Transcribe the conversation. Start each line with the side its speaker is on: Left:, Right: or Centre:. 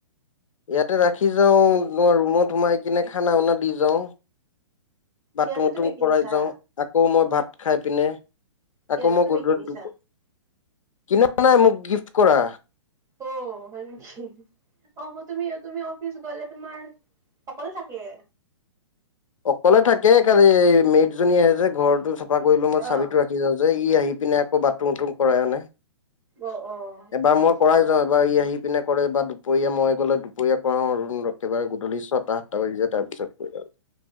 Left: ইয়াতে ৰাখি যাওঁ ৰুমত সোমাই কিনে খানা উনা দি যাওঁ। বাথৰুম
Right: ইয়াতে
Left: উথৰুম
Right: তুমি কিনিছা
Left: কৰাই যাওঁ আকৌ মই ভাত খাই পিনে আকৌ
Right: ইয়াতে
Left: মই
Right: তুমি
Left: গধুল
Right: কিনিছা।
Left: দুপ কিনা নাই মোক গিফ্ট কৰা।
Right: অ হয় নিকি? অ তুমি তুমি অফিচ গ'লে তোমাৰ সকলো থাকে।
Left: অকলে থাকে খালি মেট জনী আহে যে ঘৰটো চাফা কৰি লো মই চাবিতো
Right: অ',
Left: ৰাখি যাওঁ যে। ই আহি পিনে আকৌ বাটৰোম উতুম কৰাই আনে।
Right: অ', অ'।
Left: এবাৰ মই
Right: আচ্ছা
Left: কৰাই যাওঁ এবাৰ ই আহি পিনে কৰে বা দুপৰীয়া মই গ'লে দুপৰীয়া কৰাও আৰু নহলে একেবাৰে গধুলি ছটা সাতটা বাজি যায় তাৰ পিছত কৰে আৰু।